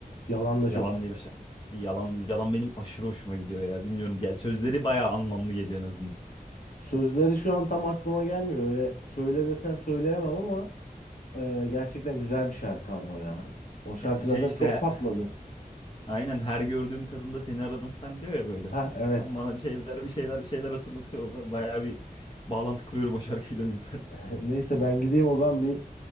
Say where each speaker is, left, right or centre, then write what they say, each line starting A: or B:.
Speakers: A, on the left; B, on the left.
A: Yalan da çok
B: Yalan
A: güzel.
B: diye bir şey. Yalan, yalan benim aşırı hoşuma gidiyor ya. Bilmiyorum. Yani sözleri bayağı anlamlı geliyor en azından.
A: Sözleri şu an tam aklıma gelmiyor. Öyle söyle desen söyleyemem ama e, gerçekten güzel bir şarkı ama o ya. O şarkı
B: Ya şey
A: zaten
B: işte
A: çok patladı.
B: aynen her gördüğüm kadında seni aradım falan diyor ya böyle.
A: Ha evet.
B: Tam bana bir şeyler bir şeyler bir şeyler hatırlatıyor orada. Bayağı bir bağlantı kuruyorum o şarkıyla o yüzden.
A: <laughs> Neyse ben gideyim o zaman bir